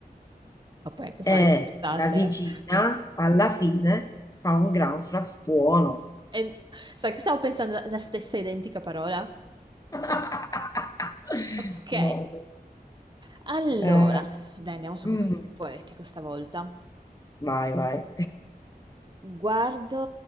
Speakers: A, on the right; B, on the left.
A: ma puoi anche farle
B: e
A: forzate.
B: la vicina alla fine fa un gran frastuono.
A: E, sai che stavo pensando la la stessa identica parola?
B: <laughs>
A: Ok.
B: No.
A: Allora,
B: Eh,
A: dai, andiamo su
B: mm,
A: qualcosa di poetico stavolta.
B: vai, vai.
A: Guardo